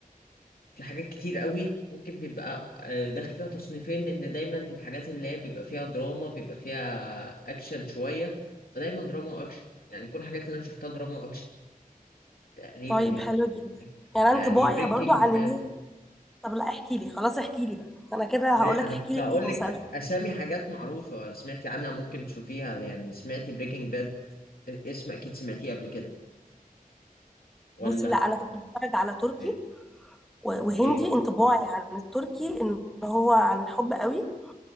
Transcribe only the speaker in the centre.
طيب
حلو جدا يعني
انا انطباعي
برضو عن
اللي طب لا احكي لي خلاص احكي لي بقى انا كده
هقول لك
احكي
لي
اي مسلسل
بص لا انا كنت بتفرج على تركي
و-
وهندي انطباعي عن التركي ان هو عن الحب قوي